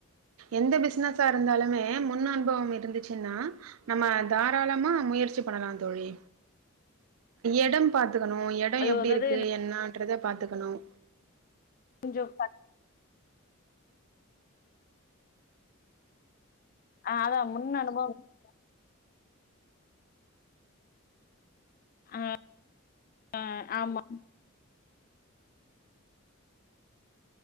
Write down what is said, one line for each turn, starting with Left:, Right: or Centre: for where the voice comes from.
Right: எந்த பிசினஸா இருந்தாலுமே முன் அனுபவம் இருந்துச்சுன்னா நம்ம தாராளமா முயற்சி பண்ணலா தோழி எடம் ப -துக்கணும், எடம்
Left: அது
Right: எப்டி
Left: அதாவது
Right: இருக்கு என்னான்றத பாத்துக்கணும்
Left: கொஞ்சோ பர் ஆ அதா முன்ன அனுபவம் இருக்கா ஆஹ் ஆ ஆமா ம்